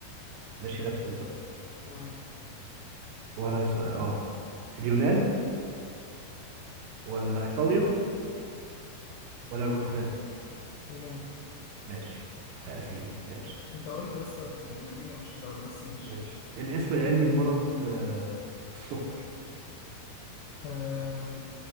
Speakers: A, on the right (about 80°); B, on the left (about 80°).
A: ماشي ركز بقى
B: معاك
A: هو أنا السؤال اه اليونان ولا إيطاليا ولا البرتغال
B: يونان
A: ماشي في أثينا ماشي
B: انت قلت يا اسطى المدينة مش الدولة بس ماشي
A: ماشي الاسم العلمي لمرض آه، السكر
B: آه...